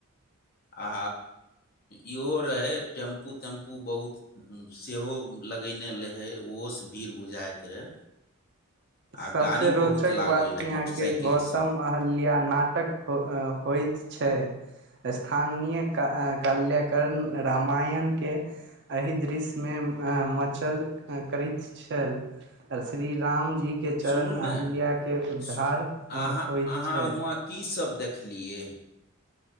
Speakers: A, on the left; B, on the right.
A: आ इहो रहै टेम्पू तेम्पू बहुत सेहो लगयने रहै ओहोसँ भीड़ बुझाइत रहै
B: सबसे
A: आ गाड़ी
B: रोचक
A: बहुत लागल
B: बात
A: रहै
B: यहाँके
A: मोटरसाइकिल
B: गौतम
A: सब
B: अहल्या नाटक आ होइत छै स्थानीय कल्याकर्ण रामायणके एहि दृश्यमे मचल करैत छैल आ श्री राम जी के चरण
A: सुनू ने
B: अहिल्या के उद्धार
A: सु- अहाँ
B: होइत
A: अहाँ
B: छै
A: हुआँ की सब देखलियै